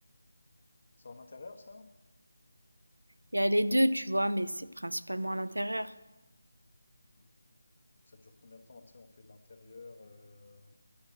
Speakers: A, on the left; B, on the right.
A: C'est en intérieur, ça?
B: Il y a les deux, tu vois, mais c'est principalement à l'intérieur.
A: Mm. Ça dure combien de temps? Tu sais, on fait l'intérieur, euh,